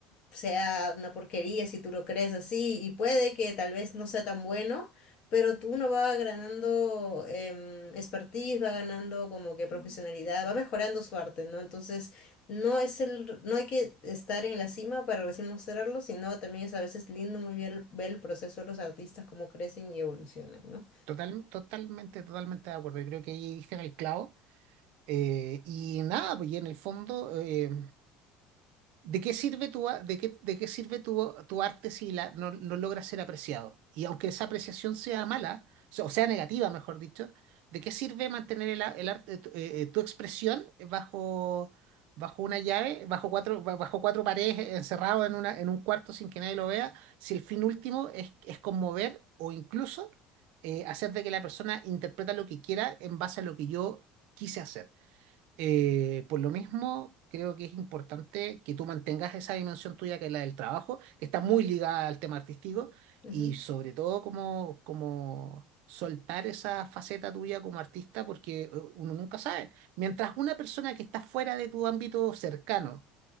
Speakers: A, on the left; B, on the right.
A: sea una porquería si tú lo crees así, y puede que tal vez no sea tan bueno, pero tú uno va ganando em, expertise, va ganando como que profesionalidad, va mejorando su arte, ¿no? Entonces, no es el, no hay que estar en la cima para recién mostrarlo, sino también es a veces lindo muy bien el- ver el proceso de los artistas, cómo crecen y evolucionan, ¿no?
B: Total, totalmente, totalmente de acuerdo. Yo creo que ahí diste en el clavo. Eh, y nada, pues y en el fondo, eh, ¿De qué sirve tu, a- de qué, de qué sirve tu, tu arte si la, no, no logra ser apreciado? Y aunque esa apreciación sea mala, o sea o sea negativa, mejor dicho, ¿de qué sirve mantener el, a- el arte, tu, eh, eh, tu expresión bajo, bajo una llave, bajo cuatro, ba- bajo cuatro paredes, eh, encerrado en una, en un cuarto sin que nadie lo vea, si el fin último es, es conmover o incluso eh, hacer de que la persona interpreta lo que quiera en base a lo que yo quise hacer? Eh, por lo mismo, creo que es importante que tú mantengas esa dimensión tuya, que es la del trabajo, que está muy ligada al tema artístico,
A: Ujú.
B: y sobre todo como, como soltar esa faceta tuya como artista, porque eh, uno nunca sabe. Mientras una persona que está fuera de tu ámbito cercano